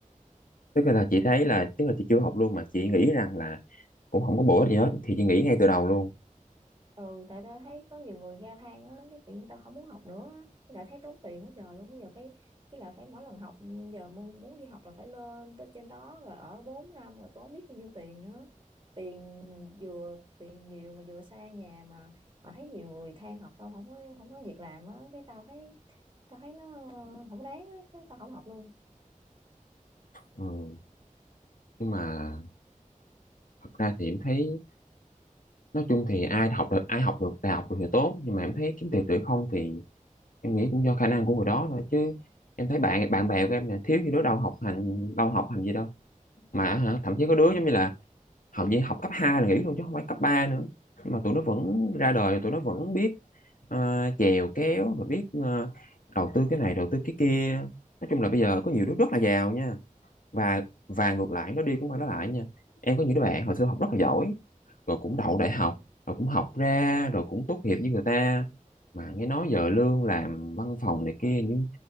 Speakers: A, on the left; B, on the right.
A: tức là chị thấy là tức là chị chưa học luôn mà chị nghĩ rằng là cũng không có bổ ích gì hết thì chị nghĩ ngay từ đầu luôn
B: ừ tại tao thấy có nhiều người ga than á cái tự nhiên tao không muốn học nữa á với lại thấy tốn tiền quá trời luôn bây giờ phải với lại phải mỗi lần học giờ muốn, muốn đi học là phải lên tới trên đó rồi ở 4 năm rồi tốn biết bao nhiêu tiền nữa tiền vừa tiền nhiều mà vừa xa nhà mà mà thấy nhiều người than học xong không có không có việc làm á cái tao thấy tao thấy nó không đáng á cái tao không học luôn
A: ừ. nhưng mà thật ra thì em thấy nói chung thì ai học được ai học được đại học được thì tốt nhưng mà em thấy kiếm tiền được không thì em nghĩ cũng do khả năng của người đó thôi chứ em thấy bạn bạn bè của em nè thiếu gì đó đâu học hành đâu học hành gì đâu mà hả thậm chí có đứa giống như là hầu như học cấp 2 là nghỉ luôn chứ không phải cấp 3 nữa nhưng mà tụi nó vẫn ra đời tụi nó vẫn biết ờ, chèo kéo và biết ờ, đầu tư cái này đầu tư cái kia nói chung là bây giờ có nhiều đứa rất là giàu nha và và ngược lại nó đi cũng phải nó lại nha em có những đứa bạn hồi xưa học rất là giỏi rồi cũng đậu đại học rồi cũng học ra rồi cũng tốt nghiệp với người ta mà nghe nói giờ lương làm văn phòng này kia nhưng